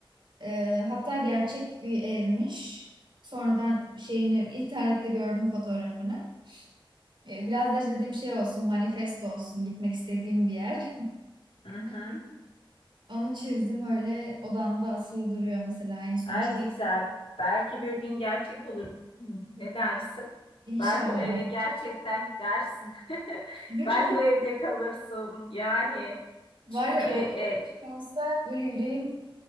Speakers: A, on the right; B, on the left.
A: Ee, hatta gerçek bir evmiş. Sonradan şeyini <laughs> internette gördüm fotoğrafını. Ee, biraz da işte dediğim şey olsun, manifesto olsun, gitmek istediğim bir yer. <laughs>
B: Hı hı.
A: Onu çizdim öyle odamda asılı duruyor mesela en son
B: Ay
A: çizik.
B: ne güzel. Belki bir gün gerçek olur. Hı, Ne dersin?
A: İnşallah
B: Belki o eve
A: ya.
B: gerçekten gidersin. <laughs>
A: Değil
B: Belki
A: mi?
B: o evde kalırsın. Yani
A: Var
B: çünkü
A: ya
B: e,
A: o öyle bir şey olsa böyle yüreğim